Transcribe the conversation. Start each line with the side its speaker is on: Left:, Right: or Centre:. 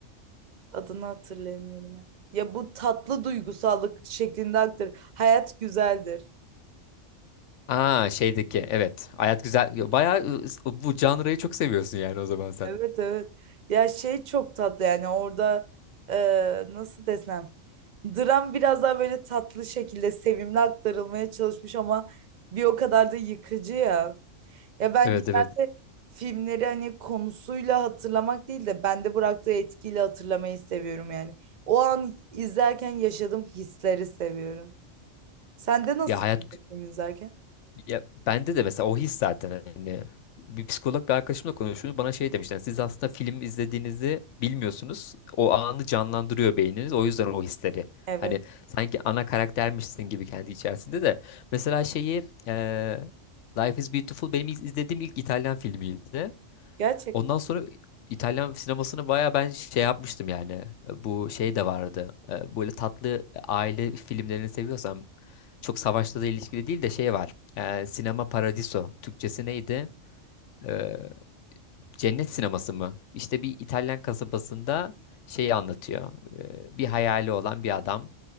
Right: Adını hatırlayamıyorum ya. Ya bu tatlı duygusallık şeklinde aktar. Hayat güzeldir.
Left: Aa şeydeki evet. Hayat güzel. Bayağı e, bu janrayı çok seviyorsun yani o zaman sen.
Right: Evet evet. Ya şey çok tatlı yani orada e, nasıl desem. Dram biraz daha böyle tatlı şekilde sevimli aktarılmaya çalışmış ama bir o kadar da yıkıcı ya. Ya ben
Left: Evet
Right: genelde
Left: evet.
Right: filmleri hani konusuyla hatırlamak değil de bende bıraktığı etkiyle hatırlamayı seviyorum yani. O an izlerken yaşadığım hisleri seviyorum. Sende nasıl
Left: Ya hayat
Right: oluyor film izlerken?
Left: Ya bende de mesela o his zaten hani bir psikolog bir arkadaşımla konuşuyoruz bana şey demişler siz aslında film izlediğinizi bilmiyorsunuz o anı canlandırıyor beyniniz o yüzden o hisleri
Right: Evet.
Left: hani sanki ana karaktermişsin gibi kendi içerisinde de mesela şeyi eee, Life is Beautiful benim iz- izlediğim ilk İtalyan filmiydi
Right: Gerçek.
Left: Ondan sonra İtalyan sinemasını baya ben şey yapmıştım yani. Bu şey de vardı. E, Böyle tatlı aile filmlerini seviyorsam çok savaşla da ilişkili değil de şey var. E, Sinema Paradiso. Türkçesi neydi? E, Cennet sineması mı? İşte bir İtalyan kasabasında şeyi anlatıyor. Ee, Bir hayali olan bir adam